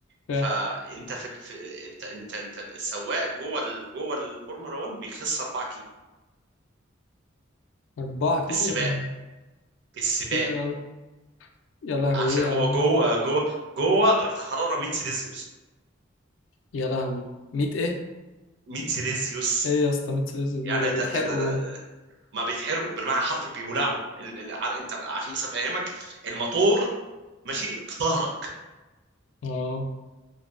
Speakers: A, on the left; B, on the right.
A: فاهم
B: فانت في, ال... في انت انت انت السواق جوه ال... جوه الفورمولا 1 بيخس 4 كيلو
A: أربعة كيلو
B: بالسباق
A: يعني
B: بالسباق
A: كتير أوي يا لهوي
B: عشان
A: إيه يا
B: هو
A: عم
B: جوه جوه جوه درجة الحرارة 100 سيليزيوس
A: يا لهوي ميت إيه؟
B: 100 سيليزيوس
A: إيه يا اسطى ميت سلسلة
B: يعني
A: زي ده بيتحرقوا
B: ده ده ده,
A: جوه
B: ده ما بيتحرقوا بالمعنى الحرفي بيولعوا ال- ال- عر- انت بقى عشان بس افهمك الموتور ماشي في ظهرك
A: اه